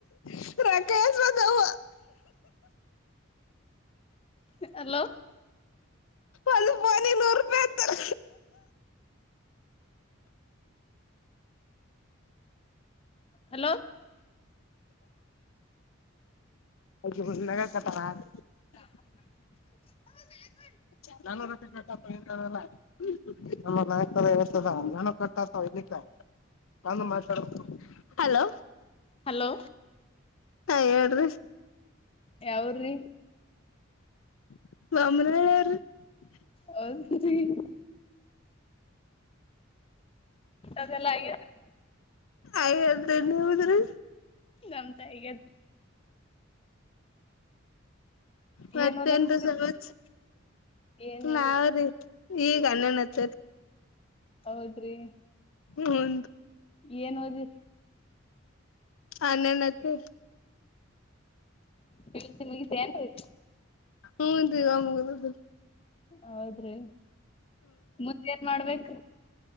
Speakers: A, on the left; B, on the left.
A: ಎಷ್ಟ್ ಬಂದಾವ
B: <inaudible> ಅಲೋ
A: ಒಂದ್ ಫೋನಿಗ್ ನೂರ್ ರೂಪಾಯಿ ಅಂತಾರ
B: <inaudible> ಹಲೋ
A: <unintelligible>
B: <inaudible>
A: <unintelligible> <unintelligible> ಹಲೋ
B: ಹಲೋ
A: ಹಾ ಹೇಳ್ರಿ
B: ಯಾವೂರ್ರೀ
A: <unintelligible>
B: ಹೌದ್ರೀ ಊಟ ಅದೆಲ್ಲ ಆಗೇದ್ರಿ
A: ಆಗೇದ್ರಿ ನಿಮ್ದ್ರಿ
B: ನಮ್ದು ಆಗೇದ
A: ಮತ್ತೇನ್ರೀ
B: ಏನ್ ಓದಕತ್ತರಿ
A: ಸಮಾಚಾ
B: ಏನ್ ಇಲ್ರಿ
A: ನಾವ್ರಿ ಈಗ ಅನ್ನನ್ <unintelligible>
B: ಹೌದ್ರಿ
A: ಹೂನ್ರೀ
B: ಏನ್ ಓದಿರಿ
A: ಹನ್ನೆರಡನೇಯತ್ತ ರೀ
B: ಪಿ ಯು ಸಿ ಮುಗಿತೇನ್ರಿ
A: ಹೂನ್ರಿ ವಾ ಮುಗದದ
B: ಹೌದ್ರಿ ಮುಂದೇನ್ ಮಾಡ್ಬೇಕ.